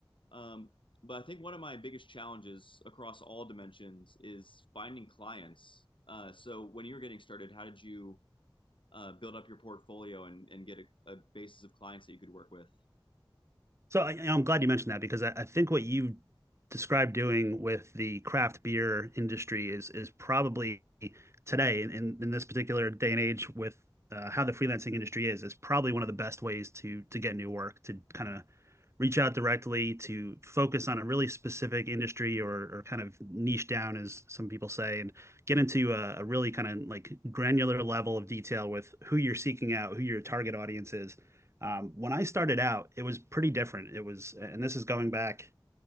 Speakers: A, on the left (about 70°); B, on the right (about 30°).
A: Um, but I think one of my biggest challenges across all dimensions is finding clients. Uh, so when you were getting started, how did you uh, build up your portfolio and, and get a, a basis of clients that you could work with?
B: So I, I'm glad you mentioned that because I, I think what you described doing with the craft beer industry is is probably today in, in this particular day and age with uh, how the freelancing industry is is probably one of the best ways to to get new work to kind of reach out directly to focus on a really specific industry or or kind of niche down as some people say and get into a, a really kind of like granular level of detail with who you're seeking out, who your target audience is um, when I started out, it was pretty different. It was, and this is going back